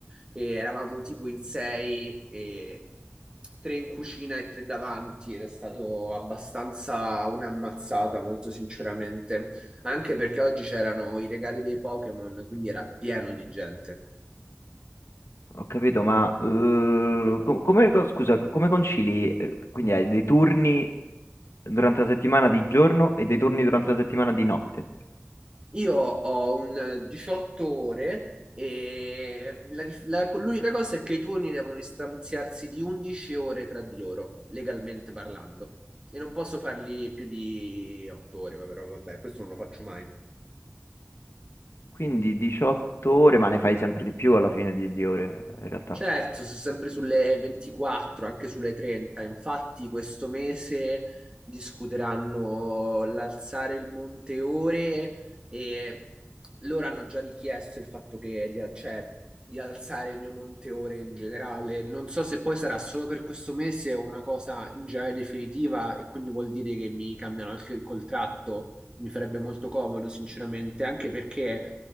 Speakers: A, on the right; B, on the left.
A: e eravamo tipo in sei, e tre in cucina e tre davanti ed è stato abbastanza un'ammazzata, molto sinceramente, anche perché oggi c'erano i regali dei Pokémon, quindi era pieno di gente.
B: Ho capito, ma eh, co- come, co- scusa, come concili? eh, Quindi hai dei turni durante la settimana di giorno e dei turni durante la settimana di notte.
A: Io ho un 18 ore e la dif- la- l'unica cosa è che i turni devono distanziarsi di 11 ore tra di loro, legalmente parlando. E non posso farli più di 8 ore, però vabbè, questo non lo faccio mai.
B: Quindi 18 ore, ma ne fai sempre di più alla fine di, di ore, eh, in realtà.
A: Certo, sono sempre sulle 24, anche sulle 30. Infatti, questo mese discuteranno l'alzare il monte ore e loro hanno già richiesto il fatto che di, al- cioè, di alzare il mio monte ore in generale. Non so se poi sarà solo per questo mese o una cosa in generale definitiva, e quindi vuol dire che mi cambiano anche il contratto. Mi farebbe molto comodo, sinceramente, anche perché